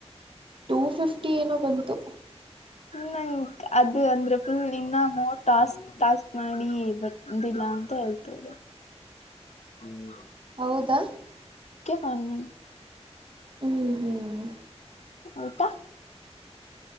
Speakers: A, on the right (about 50°); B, on the left (about 80°).
A: ಟೂ ಫಿಫ್ಟಿ ಏನೋ ಬಂತು
B: ನಂಗ್ ಅದು ಅಂದ್ರೆ ಫುಲ್ ಇನ್ನ ಮೋರ್ ಟಾಸ್ಕ್ ಟಾಸ್ಕ್ ಮಾಡಿ ಬಂದಿಲ್ಲ ಅಂತ ಹೇಳ್ತವರು ಹ್ಮ್
A: ಹೌದಾ
B: ಹನ್ಮ
A: ಹ್ಮ್ ಹ್ಮ್
B: ಆಊಂತಾ